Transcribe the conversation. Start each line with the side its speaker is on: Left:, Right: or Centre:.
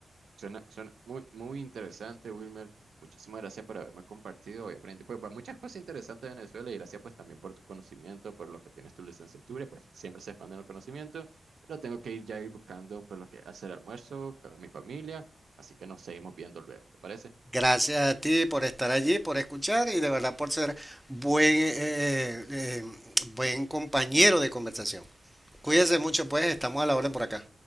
Right: Suena, suena muy, muy interesante, Wilmer. Muchísimas gracias por haberme compartido. Hoy aprendí pues, va- muchas cosas interesantes de Venezuela y gracias pues también por tu conocimiento, por lo que tienes tu licenciatura. y, Pues siempre se expanden los conocimientos, pero tengo que ir ya ir buscando pues lo que hacer almuerzo con mi familia. Así que nos seguimos viendo luego, ¿te parece?
Centre: Gracias a ti por estar allí, por escuchar y de verdad por ser buen, eh, eh, eh, buen compañero de conversación. Cuídense mucho, pues estamos a la orden por acá.